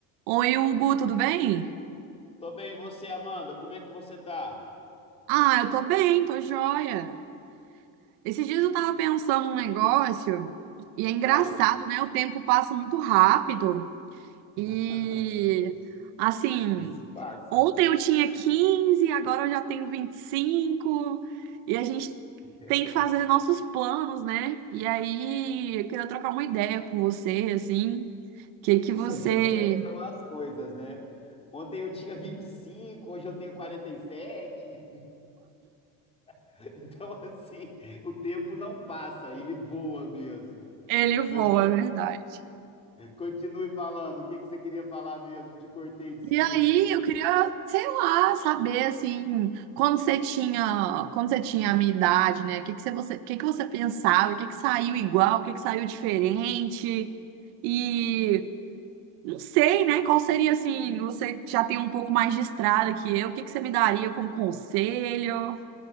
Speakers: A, on the right (about 80°); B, on the left (about 15°).
A: Oi, Hugo, tudo bem?
B: Tô bem, e você, Amanda? Como é que você tá?
A: Ah, eu tô bem, tô joia. Esses dias eu tava pensando um negócio e é engraçado,
B: Ah.
A: né? O tempo passa muito rápido e
B: <laughs>
A: assim,
B: E se passa.
A: ontem eu tinha 15, agora eu já tenho vinte e cinco e a gente
B: <laughs>
A: tem que fazer nossos planos, né? E aí, eu queria trocar uma ideia com você, assim, que que
B: Você
A: você
B: vê como é que são as coisas, né? Ontem eu tinha 25, hoje eu tenho 47. <laughs> Então, assim, o tempo não passa, ele voa mesmo.
A: elevou,
B: Mas con-
A: é verdade.
B: continue falando, o que que você queria falar mesmo? Te cortei, desculpa.
A: E aí, eu queria, sei lá, saber assim, quando você tinha, quando você tinha a minha idade, né? O que que você, você- o que que você pensava? O que que saiu igual? O que que saiu diferente? E não sei, né? Qual seria assim, você já tem um pouco mais de estrada que eu, o que que você me daria como conselho?